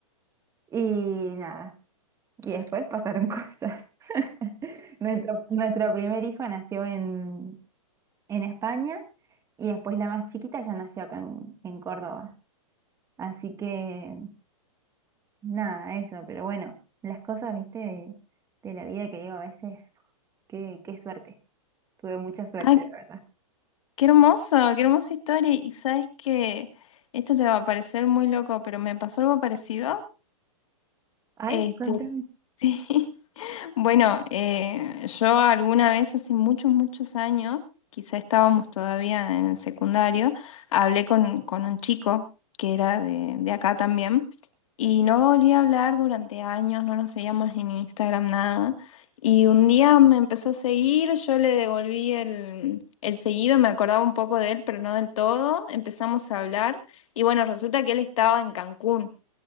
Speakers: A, on the right; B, on the left.
A: Y nada. Y después pasaron cosas. <laughs> Nuestro, nuestro primer hijo nació en, en España y después la más chiquita ya nació acá en, en Córdoba. Así que nada, eso, pero bueno, las cosas, viste, de, de la vida que digo a veces, qué, qué suerte. Tuve mucha suerte,
B: Ay,
A: la verdad.
B: qué hermoso, qué hermosa historia. Y sabes que esto te va a parecer muy loco, pero me pasó algo parecido.
A: Ay,
B: Este,
A: contame.
B: <laughs> sí. Bueno, eh, yo alguna vez hace muchos, muchos años, quizá estábamos todavía en el secundario, hablé con, con un chico que era de, de acá también y no volví a hablar durante años, no nos seguíamos en Instagram, nada. Y un día me empezó a seguir, yo le devolví el, el seguido, me acordaba un poco de él, pero no del todo, empezamos a hablar y bueno, resulta que él estaba en Cancún.